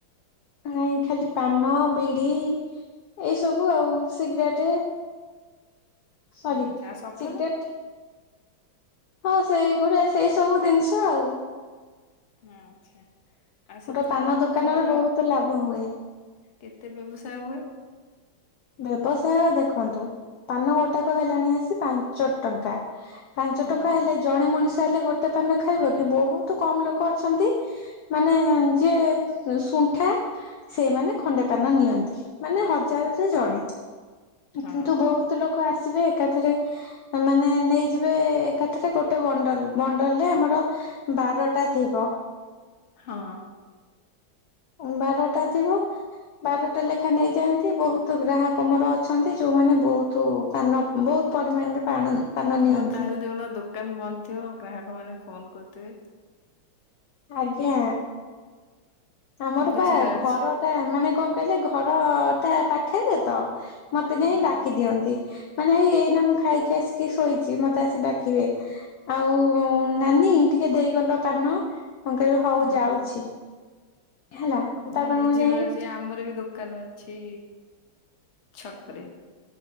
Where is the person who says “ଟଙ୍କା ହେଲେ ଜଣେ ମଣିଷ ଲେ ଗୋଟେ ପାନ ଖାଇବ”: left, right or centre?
Left